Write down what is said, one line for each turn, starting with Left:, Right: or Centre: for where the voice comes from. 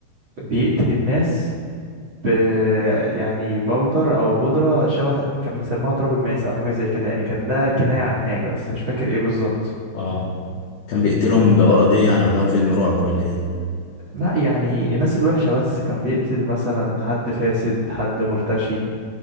Right: بيقتل الناس ب يعني بودر أو بودرة شبه كان مسموها تراب الماس أو حاجة زي كده يعني كان ده كناية عن حاجة بس مش فاكر إيه بالظبط
Left: اه كان بيقتلهم بغرض ايه يعني ولا هو فيلم رعب ولا ايه
Right: لا يعني الناس الوحشة بس كان بيقتل مثلا حد فاسد حد مرتشي